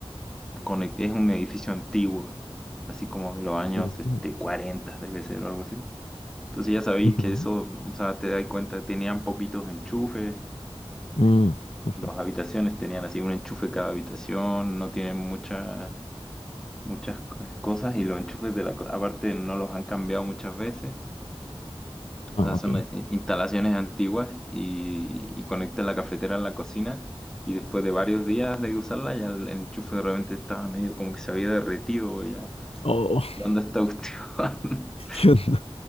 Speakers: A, in the centre; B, on the left.
A: conect- es un edificio antiguo, así como de los años
B: Ujú,
A: este, 40, debe ser o algo así. Entonces ya sabéis
B: ujú,
A: que eso, o sea, te das cuenta, tenían poquitos enchufes,
B: mm,
A: este,
B: ujú.
A: las
B: <laughs>
A: habitaciones tenían así un enchufe cada habitación, no tienen muchas muchas co- cosas y los enchufes de la, co- aparte no los han cambiado muchas veces.
B: Ah,
A: O sea, son
B: ok.
A: eh, instalaciones antiguas y, y conectan la cafetera a la cocina y después de varios días de usarla ya el enchufe realmente estaba medio como que se había derretido ya.
B: Oh, <laughs>
A: ¿Qué onda esta cuestión? <laughs>
B: ¿qué onda?